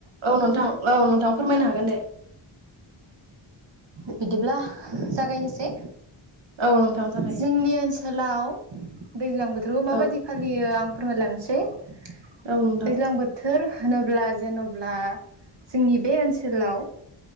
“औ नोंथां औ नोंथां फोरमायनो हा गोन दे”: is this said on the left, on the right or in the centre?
Right